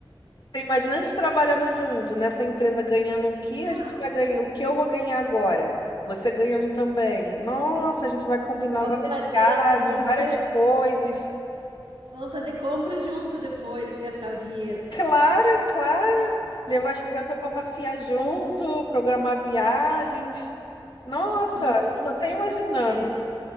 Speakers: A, on the left; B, on the right.
A: Você imagina a gente trabalhando junto, nessa empresa ganhando o que
B: Não,
A: a gente vai ganhar, o que eu vou ganhar agora. Você ganhando também. Nossa, a gente vai combinar
B: vamos
A: várias
B: fazer
A: viagens,
B: compras
A: várias coisas. <laughs>
B: Vamos fazer compras juntas depois, gastar o dinheiro.
A: Claro, claro. Levar as crianças para passear junto, programar viagens. Nossa,
B: Ah, com
A: eu tô até imaginando.
B: certeza.